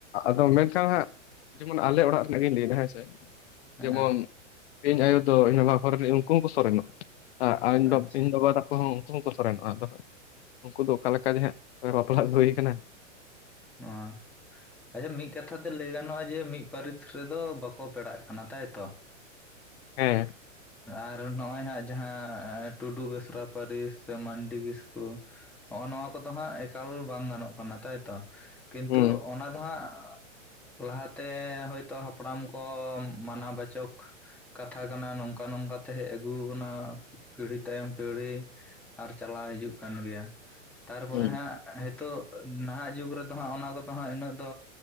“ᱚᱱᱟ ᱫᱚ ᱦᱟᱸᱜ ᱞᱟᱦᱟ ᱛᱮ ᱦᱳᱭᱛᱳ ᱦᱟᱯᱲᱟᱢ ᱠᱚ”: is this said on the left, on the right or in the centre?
Centre